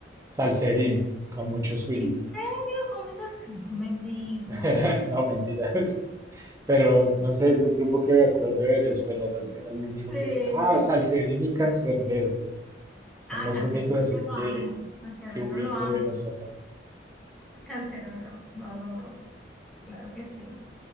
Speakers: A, on the right; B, in the centre.
A: Salserín, con mucho swing.
B: ¿En serio? Con muchos... No me digas.
A: <laughs> No, mentira. Pero no sé, es un grupo que me acuerdo de Venezuela, era, era el único
B: Sí.
A: que... Ah, Salserín y Cancerbero. Son
B: Ah,
A: los
B: Canserbero
A: únicos así
B: lo amo.
A: que,
B: Canserbero
A: que ubico
B: lo amo.
A: venezolano.
B: Canserbero, lo adoro. Claro que sí.